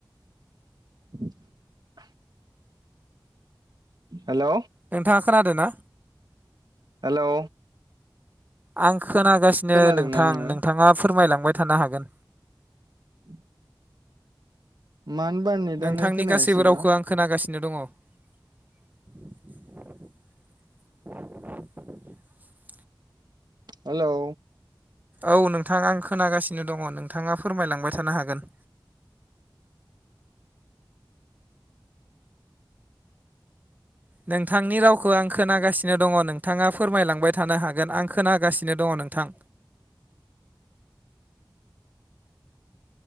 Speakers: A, on the right; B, on the right.
A: <unintelligible> हेलौ
B: नोंथाङा खोनादो ना
A: हेलौ
B: आं खोनागासिनो
A: खोनादोंना
B: नोंथां
A: नोङो
B: नोंथाङा फोरमायलांबाय थानो हागोन
A: <unintelligible> मानोबा नेटानो
B: नोंथांनि
A: खोनायासैबा
B: गासैबो रावखौ आं खोनागासिनो दङ <unintelligible>
A: हेलौ
B: औ नोंथाङा आं खोनागासिनो दङ नोंथाङा फोरमायलांबाय थानो हागोन
A: <unintelligible>
B: नोंथांनि रावखौ आं खोनागासिनो दङ नोंथाङा फोरमायलांबाय थानो हागोन आं खोनागासिनो दङ नोंथां
A: <unintelligible>